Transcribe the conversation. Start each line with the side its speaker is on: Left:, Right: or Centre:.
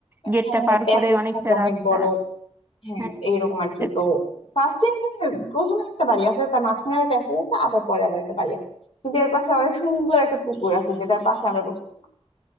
Right: গেটটা
Left: হ্যাঁ হ্যাঁ
Right: পার
Left: প্যাসেজ
Right: করে অনেকটা
Left: থাকে অনেক
Right: রাস্তা
Left: বড় হ্যাঁ
Right: হ্যাঁ বুঝতে
Left: এইরকম আর কি তো
Right: পেরেছি।
Left: ফার্স্টে প্রথমে একটা বাড়ি আছে তার মাঝখানে আবার প্যাসেজ আছে আবার পরে আবার একটা বাড়ি আছে কিন্তু এর পাশে অনেক সুন্দর একটা পুকুর আছে যেটার পাশে আমরা বসেছিলাম